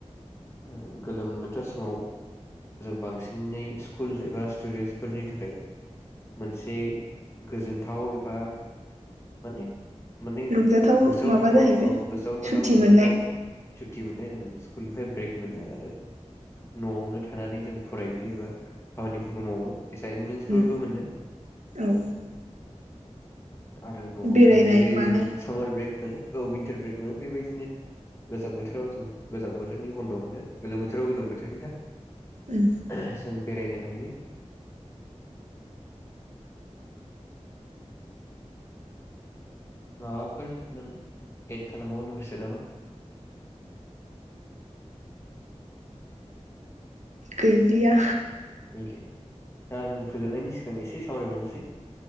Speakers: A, on the left (about 25°); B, on the right (about 85°).
A: ओ गोलोम बोथोर समाव जों बांसिनै स्कुल एबा स्टुडेन्टसफोरनि थाखाय मोनसे गोजोनथाव ए बा माने माने
B: रंजाथाव
A: गोसोआव
B: माबा
A: थाथाव
B: जाहैबाय
A: औ गोसोआव थाथाव
B: सुथि
A: रंजाथाव
B: मोननाय
A: सुटि मोननाय जों स्कुलनिफ्राय ब्रेक मोनो आरो न'आवनो थानानै जों फरायो एबा खामानिफोरखौ मावो। एसाइनमेन्टसफोरबो
B: उम
A: मोनो।
B: औ
A: आरो न'आव
B: बेरायनाय
A: थानानै जेरै
B: मानाय
A: जों सामार ब्रेक मोनो औ विनटार ब्रेक मोनो बेबायदिनो गोजां बोथोराव जों गोजां बोथोरनि बन्द' मोनो गोलोम बोथोराव गोलोम बोथोरनि ना
B: उम
A: <unintelligible> जों बेरायनो हायो। माबाफोर नों एड खालामबावनो गोसो नामा?
B: गैलिया।
A: गैलिया। दा जों फोजोबनायनि सिगां एसे सावरायबावनोसै